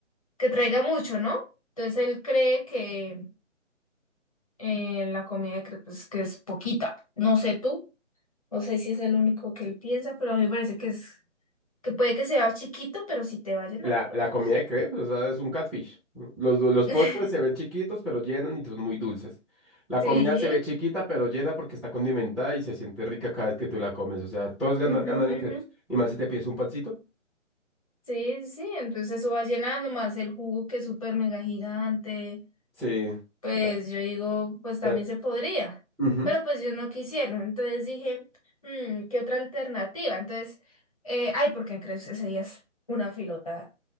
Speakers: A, on the left; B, in the centre.
A: que traiga mucho, ¿no? Entonces él cree que eh, la comida que, pues, que es poquita. No sé tú, no sé si es el único que él piensa, pero a mí me parece que es, que puede que sea chiquito, pero sí te va a llenar,
B: La,
A: pero
B: la
A: pues.
B: comida de crepes, o sea, es un catfish. Los, du- los
A: <laughs>
B: postres se ven chiquitos, pero llenan y son muy dulces. La
A: Sí.
B: comida se ve chiquita, pero llena porque está condimentada y se siente rica cada vez que tú la comes. O sea, todo es ganar,
A: ujú,
B: ganar
A: ujú,
B: en crepes.
A: ujú.
B: Y más si te pides un pancito.
A: Sí, sí, sí, entonces eso va llenando más el jugo que es súper mega gigante.
B: Sí.
A: Pues
B: La-
A: yo digo, pues también
B: la-
A: se podría,
B: Ujú,
A: pero pues yo no quisieron, entonces dije, "Mm, ¿qué otra alternativa? Entonces, eh, ay, porque en crees ese día es una filota